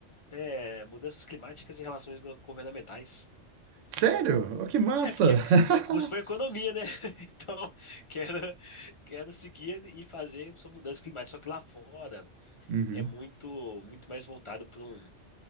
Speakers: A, on the left; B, on the right.
A: É mudanças climáticas e relações go- governamentais.
B: Sério? Oh, que massa!
A: É, porque
B: <laughs>
A: meu curso foi economia, né? <laughs> Então, quero, quero seguir e fazer essa mudança climática. Só que lá fora
B: Uhum,
A: é muito, muito mais voltado para um